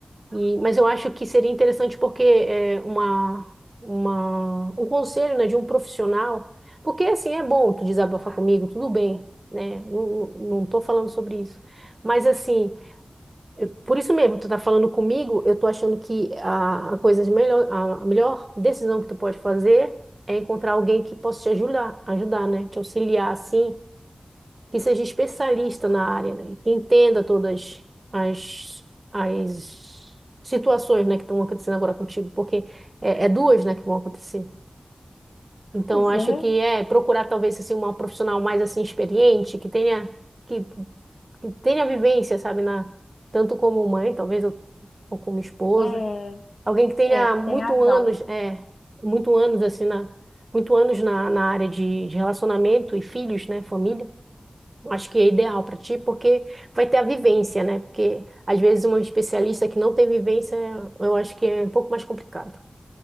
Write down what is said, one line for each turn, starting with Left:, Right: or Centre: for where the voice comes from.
Right: E- mas eu acho que seria interessante porque é, uma, uma- um conselho, né, de um profissional, porque assim é bom tu desabafar comigo, tudo bem, né? Não, não tô falando sobre isso. Mas assim, por isso mesmo, tu tá falando comigo, eu tô achando que a, a coisa de melhor, a melhor decisão que tu pode fazer é encontrar alguém que possa te ajudar, ajudar, né? Te auxiliar assim que seja especialista na área, né? Que entenda todas as, as situações, né, que estão acontecendo agora contigo, porque é, é duas, né, que vão acontecer. Então,
Left: Pois
Right: acho
Left: é,
Right: que é procurar talvez assim uma profissional mais assim experiente, que tenha que, que tenha vivência, sabe, na tanto como mãe, talvez ou, ou como esposa,
Left: é,
Right: alguém que tenha
Left: é, você
Right: muito
Left: tem razão.
Right: anos, é, muito anos assim na muito anos na, na área de, de relacionamento e filhos, né, família Acho que é ideal para ti, porque vai ter a vivência, né? Porque às vezes uma especialista que não tem vivência, eu acho que é um pouco mais complicado.